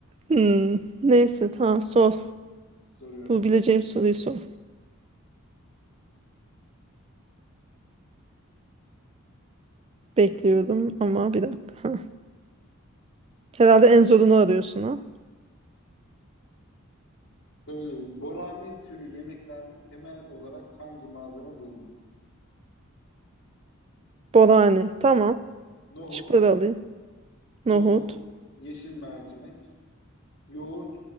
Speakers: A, on the right; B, on the left.
A: hmm, neyse tamam sor.
B: Soruyorum.
A: Bu bileceğim soruyu sor. Bekliyorum ama bir dakika. Ha. Herhalde en zorunu arıyorsun ha.
B: Söylüyorum. Borani türü yemeklerde temel olarak hangi malzeme bulunur?
A: Borani. Tamam.
B: Nohut,
A: Şıkları alayım. Nohut.
B: nohut, yeşil mercimek, yoğurt,